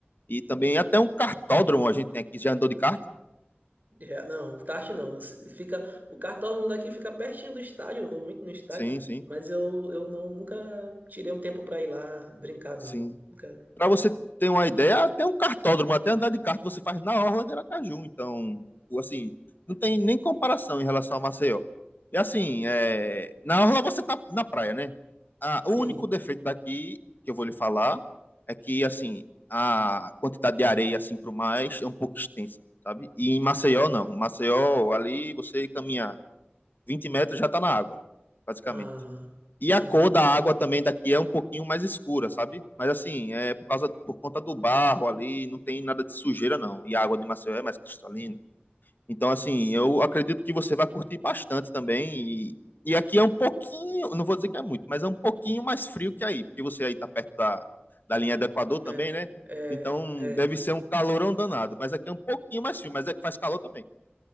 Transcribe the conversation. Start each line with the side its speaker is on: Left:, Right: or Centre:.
Left: E também até um cartódromo a gente tem aqui. Já andou de kart?
Right: Já- não, tarde não. Você Fica, o kart todo mundo aqui fica pertinho do estádio. Eu vou muito no estádio,
Left: Sim, sim,
Right: mas eu, eu não, nunca tirei um tempo pra ir lá brincar,
Left: sim.
Right: não. Nunca.
Left: Para você ter uma ideia, até um cartódromo, até andar de kart você faz na orla de Aracaju. Então, assim, não tem nem comparação em relação a Maceió. E assim, é, na orla você tá na praia, né? Ah,
Right: Sim.
Left: o único defeito daqui que eu vou lhe falar é que assim a quantidade de areia assim pro mais é um pouco extensa, sabe? E em Maceió não. Em Maceió ali você caminhar 20 metros já tá na água, basicamente.
Right: Ah,
Left: E
Right: sim,
Left: a cor da
Right: entendi.
Left: água também daqui é um pouquinho mais escura, sabe? Mas assim, é por causa, por conta do barro ali, não tem nada de sujeira não. E a água de Maceió é mais cristalina. Então assim,
Right: Sim.
Left: eu acredito que você vai curtir bastante também. E, e aqui é um pouquinho, não vou dizer que é muito, mas é um pouquinho mais frio que aí, porque você aí tá perto da, da linha do Equador também,
Right: É,
Left: né?
Right: é,
Left: Então
Right: é.
Left: deve ser um calorão danado, mas aqui é um pouquinho mais frio, mas é que faz calor também.